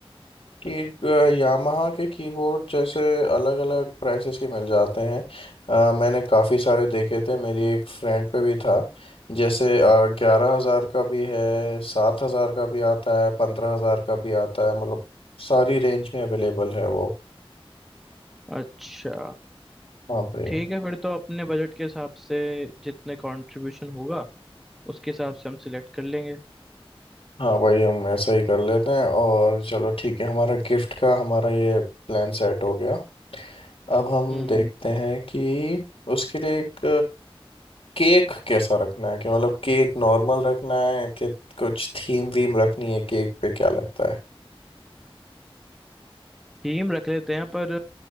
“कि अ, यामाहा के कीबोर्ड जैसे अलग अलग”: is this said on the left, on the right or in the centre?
Left